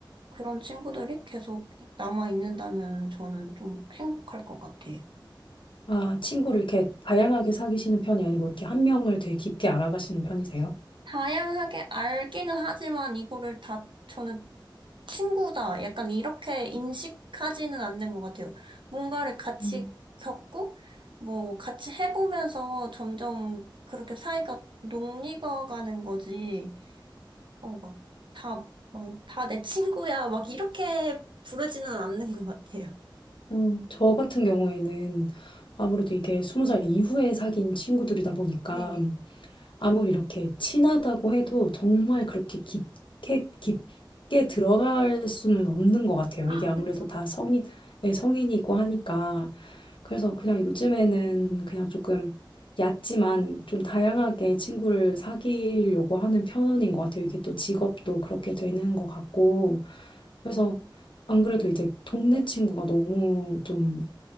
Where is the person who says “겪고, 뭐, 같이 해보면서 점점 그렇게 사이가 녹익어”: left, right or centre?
Right